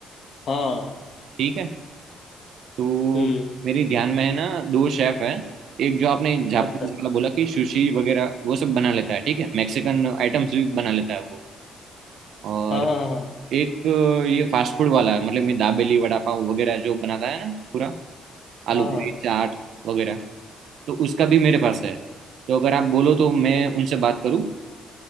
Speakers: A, on the left; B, on the right.
A: हाँ
B: ठीक है तो
A: हम्म
B: मेरी ध्यान में है ना दो शेफ है एक जो आपने जापानीज
A: अच्छा
B: वाला बोला कि सुशी वगैरह वो सब बना लेता है ठीक है मैक्सिकन आइटम्स भी बना लेता है वो और
A: हाँ हाँ हाँ
B: एक अ, ये फास्ट फूड वाला है मतलब मैं दाबेली वड़ा पाव वगैरह जो बनाता है ना पूरा आलू
A: हाँ हाँ
B: पूरी
A: हाँ।
B: चाट वगैरह तो उसका भी मेरे पास है तो अगर आप बोलो तो मैं उनसे बात करूँ